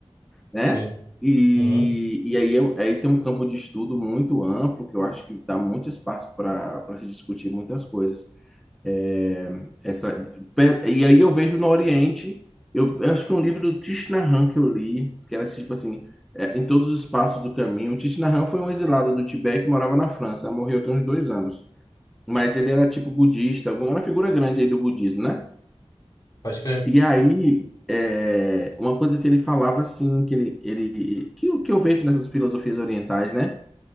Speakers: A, in the centre; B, on the left (about 35°).
A: né?
B: sim.
A: E,
B: Uhum,
A: e aí, eu- aí tem um campo de estudo muito amplo, que eu acho que dá muito espaço para para se discutir muitas coisas. É, Essa, e aí eu vejo no Oriente, eu, eu acho que é um livro do Thich Nhat Hanh que eu li, que era tipo assim, é, em todos os passos do caminho. O Thich Nhat Hanh foi um exilado do Tibete que morava na França, morreu tem uns dois anos. Mas ele era tipo budista, era uma figura grande aí do budismo, né?
B: pode crer.
A: E aí, é, uma coisa que ele falava assim, que ele, ele que, o que eu vejo nessas filosofias orientais, né?